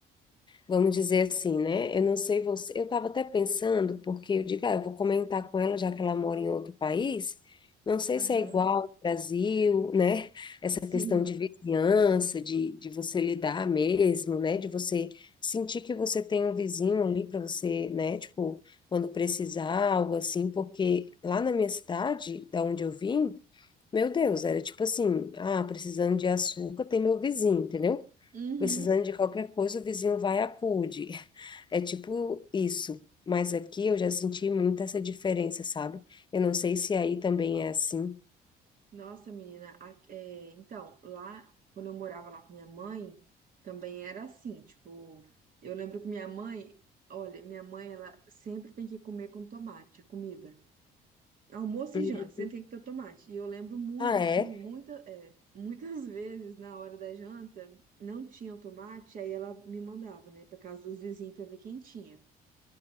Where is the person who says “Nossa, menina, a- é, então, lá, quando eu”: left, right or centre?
Right